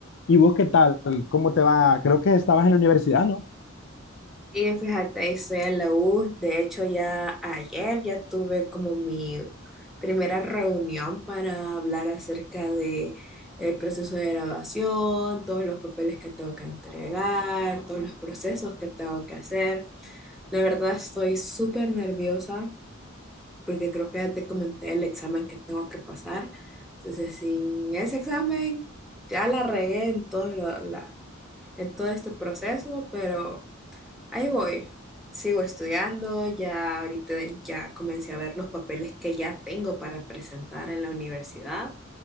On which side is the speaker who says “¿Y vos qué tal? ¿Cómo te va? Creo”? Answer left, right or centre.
Left